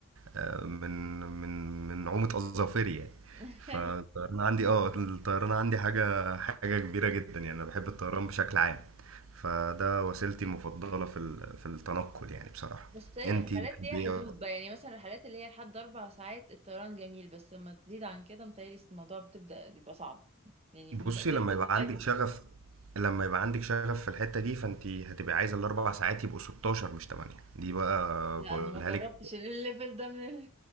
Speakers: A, on the right; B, on the right.
A: آه، من من من نعومة أظافري يعني
B: <laughs>
A: فالطيران
B: ايوه
A: عندي اه الطيران عندي حاجة حاجة كبيرة جدا يعني أنا بحب الطيران بشكل عام فده وسيلتي المفضلة في ال- في التنقل يعني بصراحة
B: بس بتهيألي
A: انتي
B: الرحلات
A: بتحبي
B: ليها حدود
A: ايه أكتر؟
B: بقى يعني مثلا الرحلات اللي هي لحد اربع ساعات الطيران جميل بس لما تزيد عن كده متهيألي الموضوع بتبدأ يبقى صعب يعني
A: بصي
B: مت- بيفقد
A: لما يبقى
B: متعته
A: عندك شغف لما يبقى عندك شغف في الحتة دي فانت هتبقى عايزة الاربع ساعات يبقوا 16 مش 8 دي بقى
B: لا
A: بقولها
B: انا ما جربتش
A: لك
B: الليفل ده من <laughs>